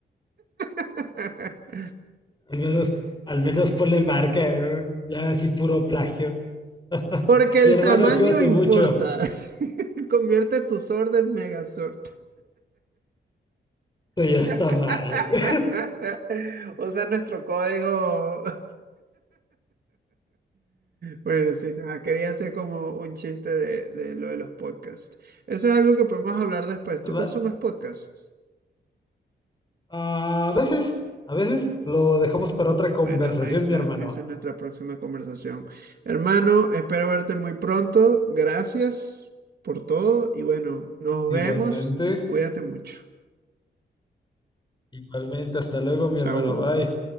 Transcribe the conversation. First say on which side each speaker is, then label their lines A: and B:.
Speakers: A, on the right (about 55°); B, on the left (about 25°).
A: <laughs>
B: Al menos, al menos ponle marca, eh, ya así puro plagio. <laughs>
A: Porque el
B: Mi hermano,
A: tamaño
B: cuídate
A: importa.
B: mucho.
A: <laughs> Convierte tu sword en Megazord.
B: Esto ya está
A: <laughs>
B: mal. <laughs>
A: Usa nuestro código. <laughs> Bueno, sí, nada, quería hacer como un chiste de, de lo de los podcasts. Eso es algo que podemos hablar después.
B: Va-
A: ¿Tú consumes podcasts?
B: A veces, a veces lo dejamos para otra conversación,
A: Bueno, ahí está.
B: mi hermano.
A: Esa es nuestra próxima conversación. Hermano, espero verte muy pronto. Gracias por todo y bueno, nos vemos
B: Igualmente,
A: y cuídate mucho.
B: igualmente, hasta luego, mi
A: Chao.
B: hermano. Bye.